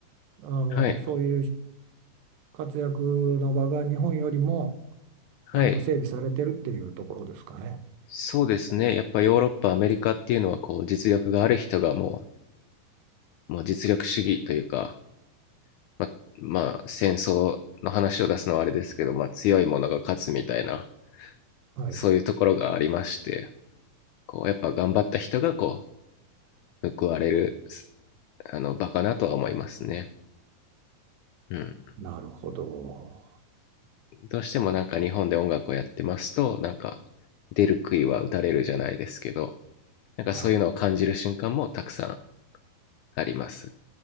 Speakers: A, on the right (about 85°); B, on the left (about 85°).
A: あの、
B: はい
A: そういう活躍の場が日本よりも
B: はい
A: ちゃんと整備されてるっていうところですかね。
B: そうですねやっぱヨーロッパアメリカっていうのはこう実力がある人がもうもう実力主義というかままあ戦争の話を出すのはあれですけど、まあ、強いものが勝つみたいな
A: はい。
B: そういうところがありましてこうやっぱ頑張った人がこう報われるあの場かなとは思いますね。うん
A: なるほど。
B: どうしてもなんか日本で音楽をやってますとなんか出る杭は打たれるじゃないですけどなんかそういうのを感じる瞬間もたくさん
A: はい。
B: あります